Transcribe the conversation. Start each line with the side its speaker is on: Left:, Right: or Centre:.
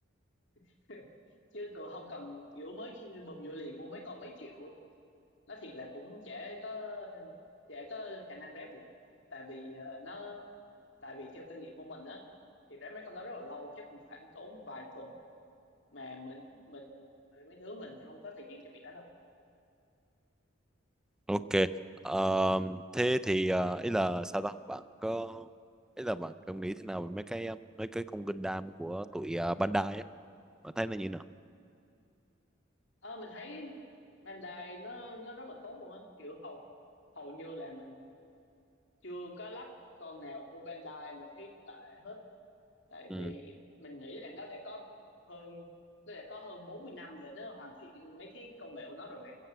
Left: <laughs> chứ còn không cần kiểu mới chi- bùm vô liền mua mấy con mấy triệu nó thiệt là cũng chả có chả có khả năng rep được tại vì ờ, nó tại vì theo kinh nghiệm của mình á thì rep mấy con đó rất là lâu chắc cũng phải tốn vài tuần mà mình mình mà mấy đứa mình không có thời gian cho việc đó đâu
Centre: ok Ờ, thế thì ờ, ý là sao ta bạn có ý là bạn có nghĩ thế nào về mấy cái ờ, mấy cái con Gundam của tụi ờ, Bandai á bạn thấy nó như nào
Left: Ờ, mình thấy Bandai nó nó rất là tốt luôn á kiểu hầu hầu như là mình chưa có lắp con nào của Bandai mà thấy tệ hết tại
Centre: ừ
Left: vì mình nghĩ là nó đã có hơn nó đã có hơn 40 năm để nó hoàn thiện mấy cái công nghệ của nó rồi mà